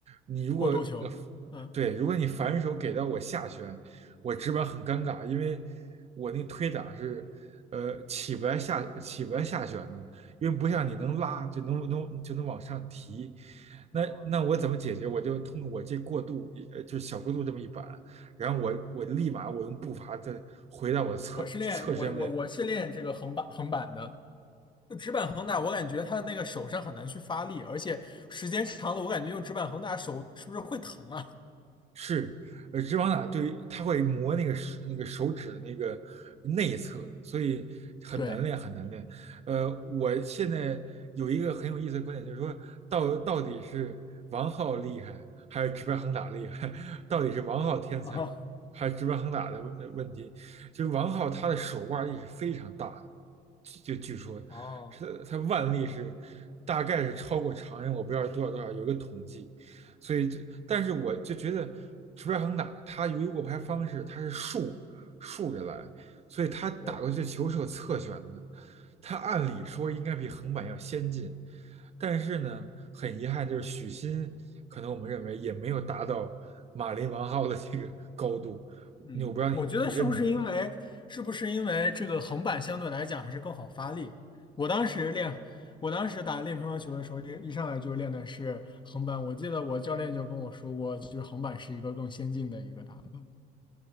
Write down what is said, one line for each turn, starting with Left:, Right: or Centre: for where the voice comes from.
Right: 你如果呃
Left: 过渡球，嗯。
Right: 对，如果你反手给到我下旋，我直板很尴尬，因为我那个推挡是呃起不来下起不来下旋的，因为不像你能拉就能能就能往上提，那那我怎么解决？
Left: 嗯，
Right: 我就通过我这过渡，呃，就是小过渡这么一板，然后我我立马我用步伐再回到我侧侧身位，
Left: 我是练我我我是练这个横板横板的，就直板横打，我感觉他的那个手上很难去发力，而且时间长了，我感觉用直板横打手是不是会疼啊？
Right: 是，呃，直往打对于它会磨那个手那个手指的那个内侧，所以很难练，
Left: 对
Right: 很难练。呃，我现在有一个很有意思的观点，就是说到到底是王浩厉害还是直白横打厉害？<laughs> 到底是王浩天才还是直白横打的问呃问题？
Left: <laughs>，啊，
Right: 就是王浩他的手腕力是非常大的，就据说是他腕力是大概是超过常人，
Left: 哦，
Right: 我不知道是多少多少，有一个统计。所以就，但是我就觉得石标恒打他由于握拍方式他是竖竖着来，所以他打过去的球是有侧旋的，
Left: 对，
Right: 他按理说应该比横板要先进，但是呢，很遗憾就是许昕可能我们认为也没有达到马林王皓的这个高度，我不知道你你认同
Left: 嗯，我觉得是不是因为是不是因为这个横板相对来讲还是更好发力？我当时练，我当时打练乒乓球的时候，一一上来就练的是横板。我记得我教练就跟我说过，就是横板是一个更先进的一个打法。